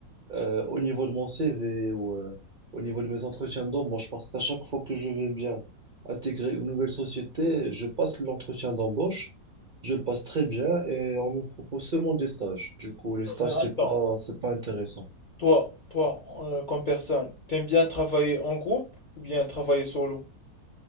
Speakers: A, on the right (about 70°); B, on the left (about 75°).
A: euh, au niveau de mon CV ou euh, au niveau de mes entretiens d'embauche? Parce qu'à chaque fois que je veux bien intégrer une nouvelle société, je passe l'entretien d'embauche, je le passe très bien et on me propose seulement des stages. Du coup, les stages,
B: Mais attends,
A: c'est pas, c'est pas intéressant.
B: toi, toi, euh, comme personne, t'aimes bien travailler en groupe ou bien travailler solo?